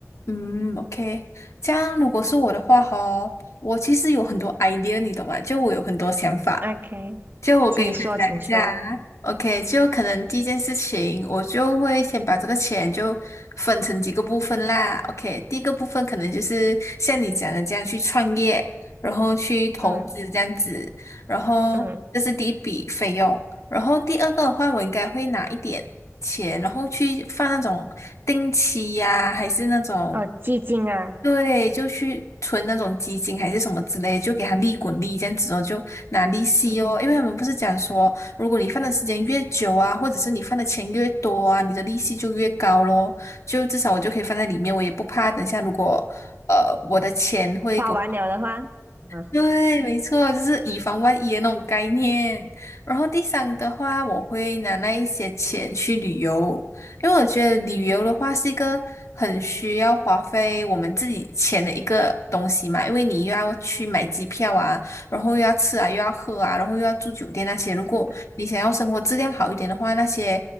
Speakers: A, on the left; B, on the right.
A: 嗯，OK，这样如果是我的话吼，我其实有很多 idea，你懂吧？就我有很多想法，
B: OK，
A: 就我跟你分享一下啊，OK，
B: 请说，请说。
A: 就可能第一件事情，我就会先把这个钱就分成几个部分啦。OK，第一个部分可能就是像你讲的这样去创业，然后去投资这样子，
B: 嗯
A: 然后这是第一笔费用。
B: 嗯，
A: 然后第二个的话，我应该会拿一点钱，然后去放那种定期呀、还是那种。
B: 哦，寂静啊，
A: 对，就去存那种基金还是什么之类，就给他利滚利，这样子哦，就拿利息哦。
B: 嗯，
A: 因为他们不是讲说，如果你放的时间越久啊，或者是你放的钱越多啊，你的利息就越高咯。就至少我就可以放在里面，我也不怕等下如果呃我的钱会给我
B: 花完了的话，啊，
A: 对，没错，就是以防万一的那种概念。然后第三的话，我会拿那一些钱去旅游，因为我觉得旅游的话是一个很需要花费我们自己钱的一个东西嘛，因为你又要去买机票啊，然后又要吃啊，又要喝啊，然后又要住酒店那些。如果你想要生活质量好一点的话，
B: 是的，
A: 那些